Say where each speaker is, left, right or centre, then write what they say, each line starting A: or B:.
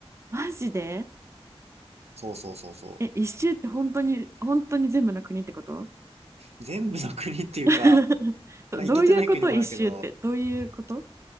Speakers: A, on the right (about 25°); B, on the right (about 85°).
A: マジで
B: そうそうそうそ
A: え、一周って本当に、本当に全部の国ってこと
B: う。全部の国っていうか、
A: <laughs> ど、
B: まあ行けてない国もあるけど、
A: どういうこと一周って。どういうこと